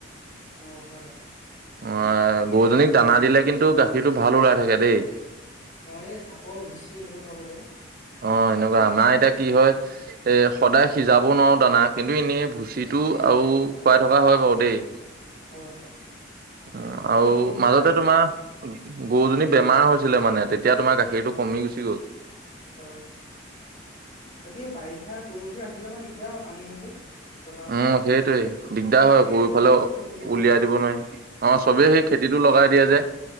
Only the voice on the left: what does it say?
অ হয় হয়
অ এই চাপৰ ভুচি এনেকুৱা খুৱাব লাগে।
হয় হয়
বাকী
গৰুকেইটা
তুম অ
কোৱাচোন
হয় বাকী বাৰিষা গৰুবোৰ ৰাখিবলৈ অকণমান দিগদাৰ হয় পানী হয় যে। পথাৰত
আৰু চবেই
খেতি চবেই খেতি কৰি
দিয়ে
হয়